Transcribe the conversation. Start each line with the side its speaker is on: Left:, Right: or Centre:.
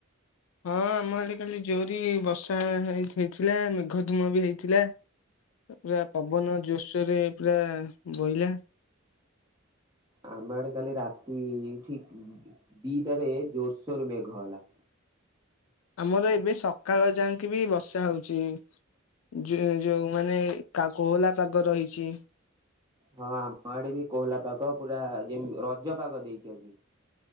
Left: ହଁ ଆମ ଏଠି କାଲି ଜୋରି ବର୍ଷା ହେଇ ହେଇଥିଲା ମେଘ ଧୂମ ବି ହେଇଥିଲା। ପୁରା ପବନ ଜୋର୍ସୋରେ ପୁରା ବହିଲା।
Right: ଆମ ଆଡେ କାଲି ରାତି ଠିକ୍ ଦି-ଦିଟାରେ ଜୋର୍ସୋରେ ମେଘ ହେଲା।
Left: ଆମର ଏବେ ସକାଳ ଯାଙ୍କେ ବି ବର୍ଷା ହଉଚି। ଯିଏ ଯଉ ମାନେ କୋହଲା ପାଗ ରହିଛି।
Right: ହଁ ଆମ ଆଡେ ବି କୋହଲା ପାଗ ପୁରା ଯେ ରଜ ପାଗ ଦେଇଛି ଆଜି।